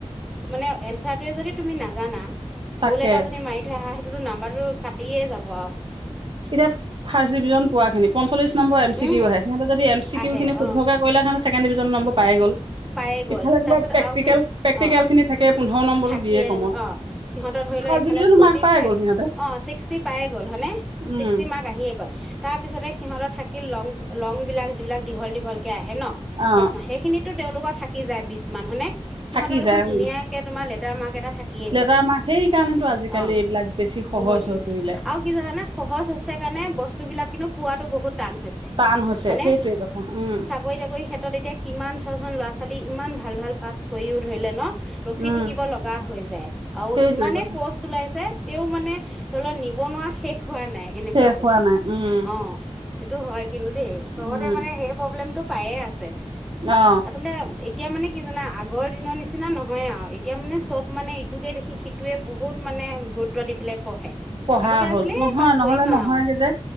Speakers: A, in the centre; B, on the right.
A: মানে এনচাৰটোৱে যদি তুমি নাজানা। ভুল
B: তাকে
A: এটা যদি মাৰি থৈ আহা তোৰ নাম্বাৰটো কাটিয়ে যাব আও
B: এতিয়া ফাৰ্ষ্ট ডিভিজন পোৱা খিনি পঞ্চল্লিশ number M C
A: um
B: Q আহে সিহঁতে যদি এম চি
A: আহে
B: কিউ খিনি শুদ্ধকে
A: অ
B: কৰিলে ছেকেণ্ড ডিভিজন নম্বৰ পাই গ'ল
A: পায়ে গ'ল
B: ইফালে তোমাৰ
A: তাৰপিছত
B: প্ৰেক্টিকেল
A: আৰু সিহ
B: প্ৰেক্টিকেল
A: অ
B: খিনি থাকে পোন্ধৰ নম্বৰটো
A: থাকিয়ে
B: দিয়ে কমত
A: অ সিহঁতৰ ধৰি
B: ফাৰ্ষ্ট
A: লোৱা এইফালে
B: ডিভিজনো
A: ফৰ্টি
B: মাৰ্ক পাই
A: ফাইভ
B: গ'ল সিহঁতে
A: অ ছিক্সটি পাইৱে গ'ল হয়নে
B: উম
A: চিক্সটি মাৰ্ক আহিৱে গ'ল। তাৰ পিছতে সিহঁতৰ থাকিল লং, লং বিলাক যিবিলাক দীঘল দীঘলকে আহে ন। প্ৰশ্ন‌
B: অ
A: সেইখিনিত তো তেওঁলোকৰ থাকি যায় বিছ মান হয়নে। সিহঁতৰ
B: থাকি
A: দেখোন
B: যায়
A: ধুনীয়াকে
B: উম
A: তোমাৰ লেত এ মাৰ এটা থাকিয়ে
B: লেটাৰ
A: গ'ল
B: মাৰ্ক সেইকাৰণেতো আজিকালি
A: অঁ
B: এইবিলাক বেছি সহজ
A: বহুত ই
B: হৈ পৰিলে
A: আৰু কি জানানে সহজ হৈছে কাৰণে বস্তু বিলাক কিন্তু পোৱাতটো বহুত টান হৈছে
B: টান হৈছে
A: হয়নে?
B: সেইটোৱে কথা উম
A: চাকৰি তাকৰি ক্ষেত্ৰত এতিয়া কিমান ছজন ল'ৰা ছোৱালী ইমান ভাল ভাল পাছ কৰিও ধৰিলে ন ৰখি
B: উম
A: থাকিব লগা হৈ যায় আৰু
B: সেইটোৱে
A: ইমানেই
B: কথা
A: পষ্ট ওলাইছে তেওঁ মানে ধৰি লওঁক নিবনুৱা শেষ নাই এনেকুৱা
B: শেষ
A: হৈছে
B: হোৱা নাই উম
A: অঁ সেইটো হয় কিন্তু দেই চবতে
B: উম
A: মানে সেই প্ৰ্লেমটো পায়ে আছে
B: অ
A: আচলতে এ এতিয়া মানে কি জাননা আগৰ দিনৰ নিচিনা নহয় আৰু এতিয়া মানে চব মানে ইটোকে দেখি সিটোৱে বহুত মানে গুৰুত্ব দি পেলাই পঢ়ে
B: পঢ়া
A: আগতে
B: হ'ল
A: আছিলে
B: নহয়
A: পাছ
B: নহলে
A: কৰিম আৰু
B: নহয়গে
A: আৰু
B: যে